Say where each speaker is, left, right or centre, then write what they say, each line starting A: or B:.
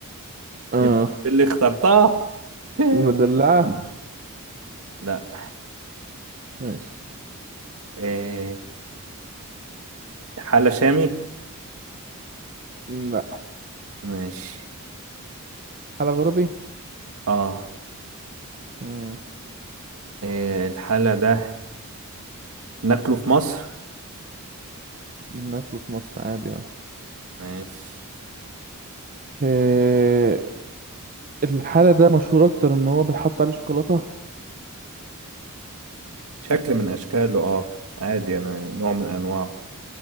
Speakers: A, on the right; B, on the right.
A: اه
B: انت اللي اخترتها <laughs>
A: المدلعة
B: لا
A: ماشي
B: إيه... حالة شامي
A: لا
B: ماشي
A: حلقة غربي
B: اه
A: امم
B: إيه الحالة ده ناكله في مصر
A: ناكله في مصر عادي اه
B: ماشي
A: آه، الحالة ده مشهور أكتر إن هو بيحط عليه شوكولاتة
B: شكل من اشكاله اه عادي يعني نوع من انواع